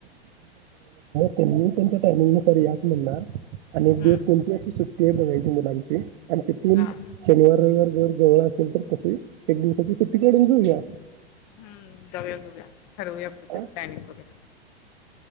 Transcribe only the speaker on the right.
त्यांनी त्यांच्या टाइमिंग नुसार यात म्हण. आणि एक
दिवस कोणती अशी सुट्टी आहे बघायची मुलांची आणि ते तीन.
शनिवार रविवार जर गवळळा असेल तर तस एक दिवसाची सुट्टी काढून जाऊया.
हा?